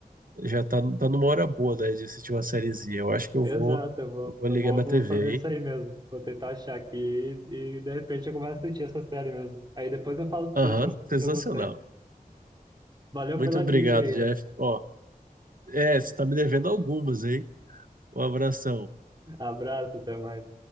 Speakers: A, on the right; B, on the right.
A: Já tá, tá numa hora boa, né, de assistir uma sériezinha. Eu acho que eu
B: Exato,
A: vou,
B: eu vou,
A: eu vou
B: eu
A: ligar
B: vou,
A: minha
B: vou
A: TV,
B: fazer isso
A: hein?
B: aí mesmo. Vou tentar achar aqui e, e, de repente eu começo a assistir essa série mesmo. Aí depois eu falo
A: Aham,
B: pra você se eu, se
A: sensacional.
B: eu gostei. Valeu
A: Muito
B: pela
A: obrigado,
B: dica aí,
A: Jeff.
B: hein?
A: Ó, é, você tá me devendo algumas, hein? Um abração.
B: Abraço, até mais.